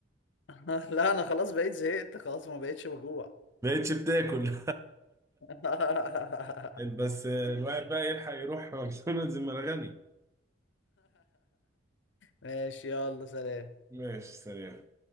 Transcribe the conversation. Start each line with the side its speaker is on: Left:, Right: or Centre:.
Left: <laughs> لا انا خلاص بقيت زهقت خلاص ما بقيتش بجوع
Right: بقيتش بتاكل
Left: <laughs>
Right: <laughs> بس الواحد بقى يلحق يروح ماكدونالدز المرغني
Left: ماشي يلا سلام
Right: ماشي سلام